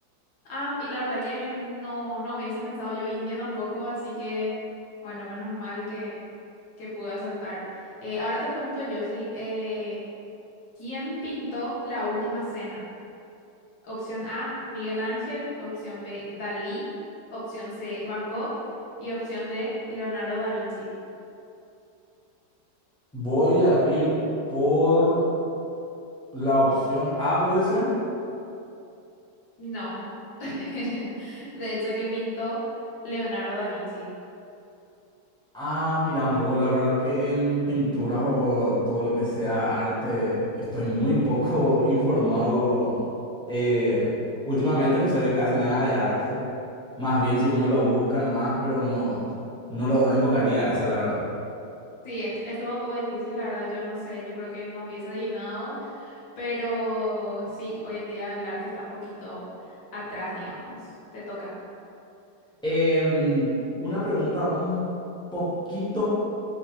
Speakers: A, on the left; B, in the centre.
A: Ah, y la verdad que no, no hubiese pensado yo India tampoco, así que, bueno, menos mal que, que pude acertar. Eh, ahora te pregunto yo, sí, eh, ¿quién pintó la última cena? Opción A, Miguel Ángel, opción B, Dalí, opción C, Van Gogh y opción D, Leonardo da Vinci.
B: Voy a ir por la opción A, ¿puede ser?
A: No, <laughs> de hecho que pintó Leonardo da Vinci.
B: Ah, mira, un poco, la verdad que en pinturas o todo lo que sea arte estoy muy poco <laughs> informado. Eh, últimamente no se ve casi nada de arte. Más bien si uno lo busca nomás, pero no, no lo invocaría a esa, la verdad.
A: Sí, est- estuvo un poco difícil, la verdad, yo no sé, yo creo que no hubiese adivinado. Pero sí, hoy en día el arte está un poquito atrás, digamos. Te toca.
B: Em, una pregunta un poquito